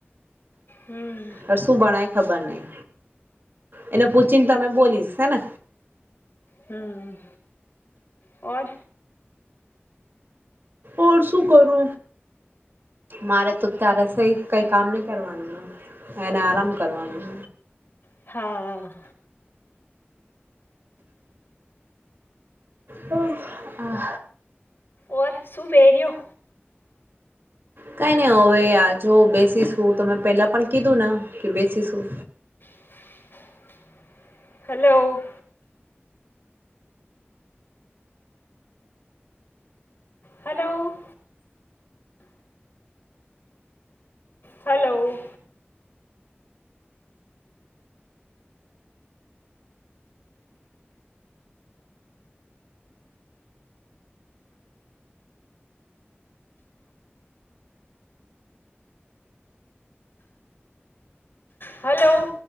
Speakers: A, on the left; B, on the right.
A: હમ
B: અ શું બણાયું ખબર નહી એને પૂછીને તમે બોલીશ હેને
A: હમ ઓર
B: ઓર શું કરો મારે તો ત્યારે સહી કઈ કામ નહી કરવાનું એને આરામ કરવાનું
A: હા
B: તો આ
A: ઓર શું પેરયું
B: કઈ નહી હવે આ જો બેસીશું તમે પેલા પણ કીધું ને કે બેસીશું
A: <inaudible> હલો હલો હલો હલો